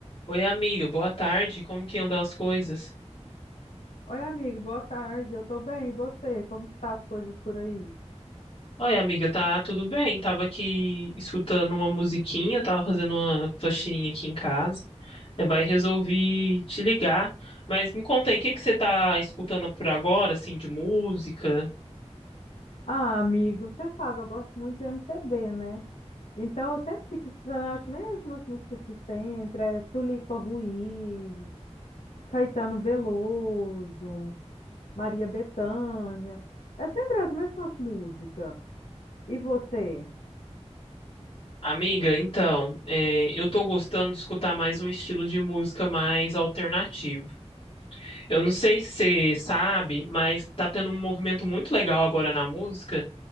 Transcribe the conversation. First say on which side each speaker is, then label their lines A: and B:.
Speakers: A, on the left; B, on the left.
A: Oi, amiga, boa tarde. Como que andam as coisas?
B: Oi, amigo, boa tarde. Eu tô bem, e você? Como que tá as coisas por aí?
A: Oi, amiga, tá tudo bem? Tava aqui escutando uma musiquinha, tava fazendo uma faxininha aqui em casa. Eh, Vai resolvi te ligar. Mas me conta aí, o que que você tá escutando por agora, assim, de música?
B: Ah, amigo, você sabe, eu gosto muito de MPB, né? Então eu sempre fico escutando as mesmas músicas de sempre, é Tulipa Ruiz, Caetano Veloso, Maria Bethânia. É sempre as mesmas músicas. E você?
A: Amiga, então, eh, eu tô gostando de escutar mais um estilo de música mais alternativo. Eu não sei se você sabe, mas tá tendo um movimento muito legal agora na música.